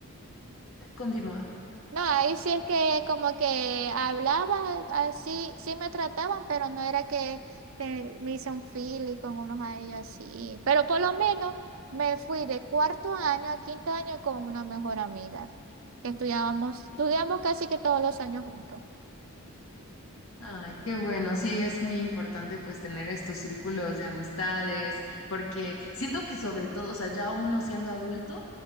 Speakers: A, on the left; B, on the right.
A: continúa?
B: No, ahí sí es que como que hablaba, así sí sí me trataban, pero no era que te- me hice un y con unos a ellos así. Pero por lo menos me fui de cuarto año a quinto año con una mejor amiga. que Estudiábamos, estudiamos casi que todos los años juntos.
A: Ay, qué bueno, sí, es muy importante pues tener estos círculos de amistades, porque siento que sobre todo, o sea, ya uno siendo adulto,